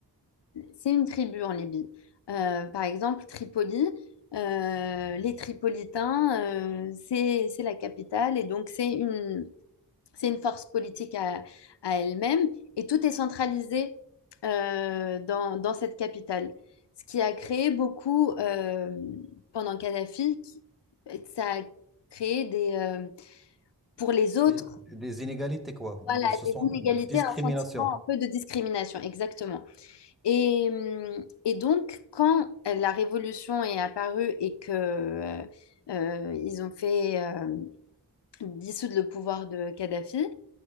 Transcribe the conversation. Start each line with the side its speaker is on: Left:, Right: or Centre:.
Left: C'est une tribu en Libye. Euh, par exemple, Tripoli, euh, les Tripolitains, euh, c'est, c'est la capitale et donc c'est une, c'est une force politique à, à elle-même et tout est centralisé euh, dans, dans cette capitale. Ce qui a créé beaucoup, euh, pendant Kadhafi, qui- ça a créé des, euh, pour les autres,
Centre: Les, les inégalités, quoi.
Left: voilà,
Centre: Ils- se
Left: des
Centre: sont
Left: inégalités,
Centre: des discriminations.
Left: un sentiment un peu de discrimination, exactement. Et, hum, et donc, quand euh, la Révolution est apparue et que euh, euh, ils ont fait euh, dissoudre le pouvoir de Kadhafi,